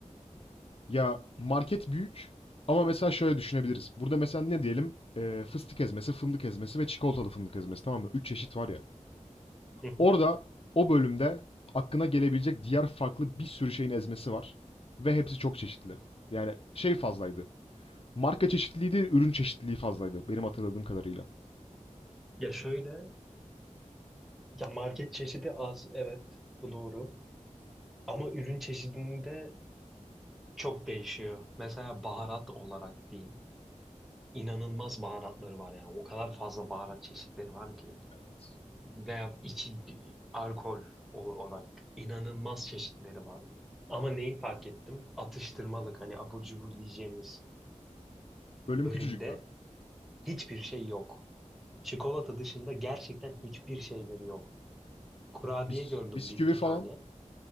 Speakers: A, on the left; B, in the centre.
A: Ya market büyük ama mesela şöyle düşünebiliriz. Burada mesela ne diyelim? Ee, fıstık ezmesi, fındık ezmesi ve çikolatalı fındık ezmesi tamam mı? Üç çeşit var ya.
B: Hı hı.
A: Orada o bölümde aklına gelebilecek diğer farklı bir sürü şeyin ezmesi var. Ve hepsi çok çeşitli. Yani şey fazlaydı. Marka çeşitliliği değil, ürün çeşitliliği fazlaydı benim hatırladığım kadarıyla.
B: Ya şöyle, ya market çeşidi az, evet bu doğru. Ama ürün çeşidinde Çok değişiyor. Mesela baharat olarak diyeyim. İnanılmaz baharatları var yani. O kadar fazla baharat çeşitleri var ki.
A: Evet.
B: Veya içi bi- alkol olarak inanılmaz çeşitleri var. Ama neyi fark ettim? Atıştırmalık hani abur cubur diyeceğimiz
A: Bölüm
B: bölümde
A: küçücük mü?
B: hiçbir şey yok. Çikolata dışında gerçekten hiçbir şeyleri yok. Kurabiye
A: Bis
B: gördüm
A: bisküvi
B: bir iki
A: falan.
B: tane.